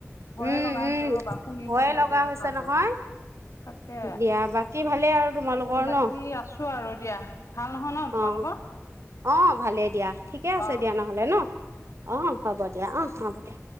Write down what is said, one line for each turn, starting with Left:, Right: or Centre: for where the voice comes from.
Left: ভয়ে
Right: উম
Left: লগা হৈছে
Right: উম
Left: ৰ'বা, শুনি
Right: ভয়ে
Left: শুনি
Right: লগা
Left: গোটেই কথাবোৰ।
Right: হৈছে নহয়
Left: তাকে,
Right: দিয়া বাকী ভালেই আৰু তোমালোকৰ
Left: বাকী
Right: ন
Left: আছো আৰু দিয়া। ভাল নহয় ন তোমালোকৰ।
Right: অ অ ভালেই দিয়া ঠিকে আছে
Left: অ
Right: দিয়া নহ'লে ন অ হ'ব দিয়া অ হ'ব দিয়া।